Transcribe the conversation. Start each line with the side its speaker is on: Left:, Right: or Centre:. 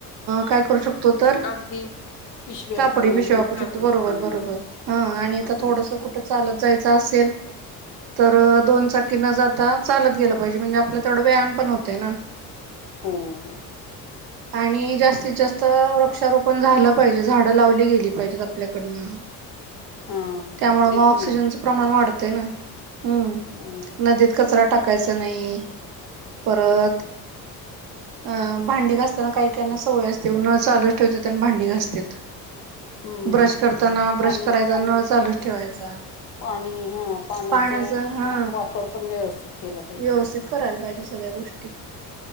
Right: काय करू शकतो. तर
Left: कागदी. पिशव्या
Right: कापडी
Left: किंवा
Right: पिशव्या
Left: मग
Right: वापरू
Left: कापडी
Right: शकतो. बरोबर
Left: हां.
Right: बरोबर हा आणि
Left: कापडी
Right: आता थोडस
Left: पिशवी.
Right: कुठं चालत जायचं, चा असेल, तर दोन चाकी न जाता चालत गेलं पाहिजे. म्हणजे आपला तेवढा व्यायाम पण होते ना,
Left: हो हो,
Right: आणि जास्तीत जास्त वृक्षारोपण झालं, पाहिजे झाडं लावली गेली पाहिजेत आपल्याकडनं
Left: हां,
Right: त्यामुळे मग
Left: ते
Right: ऑक्सिजनचं
Left: पण आहे.
Right: प्रमाण वाढ तेना हम्म,
Left: हो.
Right: नदीत कचरा टाक कायच नाइ परत अं भांडी घास काही काहीना सवय असते नळ चालूच ठेवत्यात, आणि भांडी घासत्यात.
Left: हं.
Right: ब्रश करताना,
Left: पाणी
Right: ब्रश करायचा नळ चालूच ठेवायचा.
Left: पाणी हां, पाण्याचं
Right: पाण्याचा हा
Left: वापर पण व्यवस्थित केला पाहिजे.
Right: व्यवस्थित करायला पाहिजे सगळ्या गोष्टी